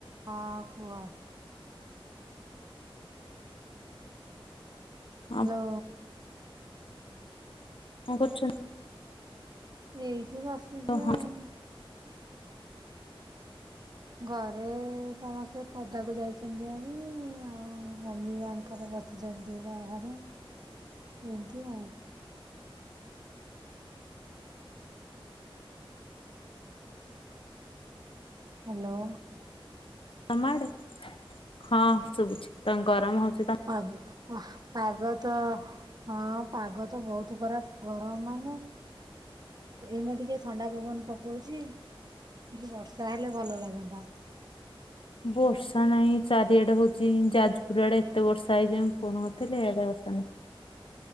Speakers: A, on the right (about 45°); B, on the left (about 65°).
A: ହଁ, କୁହ।
B: ହଁ
A: ହାଲ
B: କଣ କରୁଛୁ
A: ଏଇଠି ବସିଛି
B: ହଁ
A: ଆଉ। ଘରେ ସମସ୍ତେ ପଦାକୁ ଯାଇଛନ୍ତି ଆଜି ଆଉ ମମି ମାଙ୍କର ବସି ଜଗି ବାହାରେ
B: <inaudible>
A: ଏମିତି ଆଉ। ହାଲୋ।
B: ତମ ଆଡେ ହଁ ଶୁଭୁଛି ତମ ଗରମ ହଉଛି ତ
A: ପାଗ ଆ ପାଗ ତ ହଁ ପାଗ ତ ବହୁତ ଖରାପ ଗରମ ମାନେ ଏଇନା ଟିକେ ଥଣ୍ଡା ପବନ ପକଉଛି ଟିକେ ବର୍ଷା ହେଲେ ଭଲ ଲାଗନ୍ତା।
B: ବର୍ଷା ନାହିଁ ଚାରିଆଡେ ହଉଛି ଯାଜପୁର ଆଡେ ଏତେ ବର୍ଷା ହେଇଛି ମୁଁ ଫୋନ କରିଥିଲି ଏଆଡେ ବର୍ଷା ନାହିଁ